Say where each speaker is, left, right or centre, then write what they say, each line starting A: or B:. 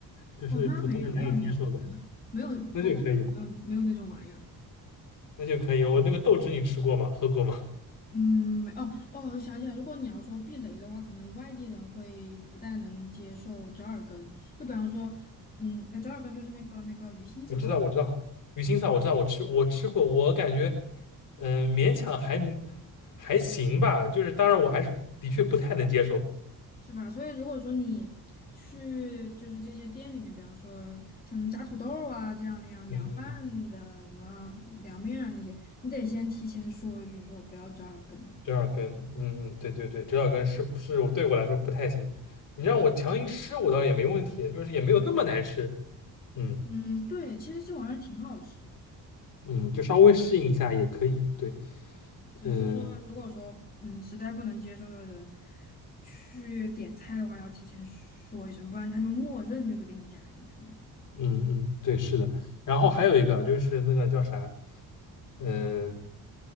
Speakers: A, on the left; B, on the left.
A: 就是普通人难以接受的，
B: 哦，那没有，那没有，<laughs> 没有，
A: 那就可以了，
B: 我感觉没有没有那种玩意儿。
A: 那就可以了。我那个豆汁你吃过吗？喝过吗？
B: 嗯，没哦哦，我想起来，如果你要说避雷的话，可能外地人会不太能接受折耳根，就比方说，嗯，折耳根就是那个那个鱼腥草。
A: <laughs> 我知道，我知道，鱼腥草我知道，我吃我吃过，我感觉嗯、呃勉强还还行吧，就是当然我还是的确不太能接受。
B: 是吧？所以如果说你去就是这些店里面，比方说像什么炸土豆儿啊这样那样凉拌的什么啊凉面啊那些，
A: 嗯嗯，
B: 你得先提前说一句，你说我不要折耳根。
A: 折耳根，嗯嗯，对对对，折耳根是不是我对我来说不太行？你让我强行吃，我倒也没问题，就是也没有那么难吃。嗯
B: 嗯，对，其实这玩意儿挺好吃的，
A: 嗯，就稍微适应一下也可以。对，
B: 只是说如果说嗯实在不能接受的人
A: 嗯。
B: 去点菜的话，要提前说一声，不然他就默认就是给你加进去了。
A: 嗯嗯，对，是的。然后还有一个就是那个叫啥，嗯、